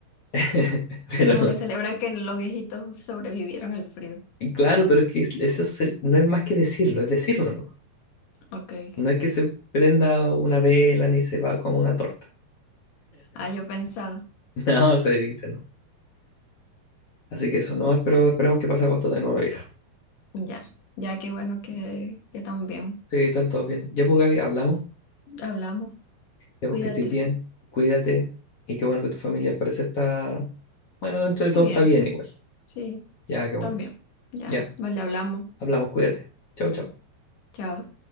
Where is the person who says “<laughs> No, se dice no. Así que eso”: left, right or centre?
Left